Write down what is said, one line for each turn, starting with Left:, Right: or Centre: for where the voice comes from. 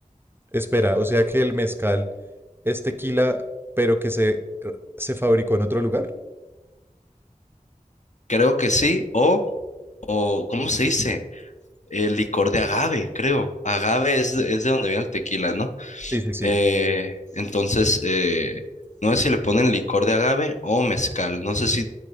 Right: Espera, o sea que el mezcal es tequila, pero que se, eh, se fabricó en otro lugar.
Left: Creo que sí, o, o ¿cómo se dice? El licor de agave, creo. Agave es, de- es de donde viene el tequila, ¿no?
Right: Sí, sí, sí.
Left: Eh, entonces, eh, no sé si le ponen licor de agave o mezcal. No sé si,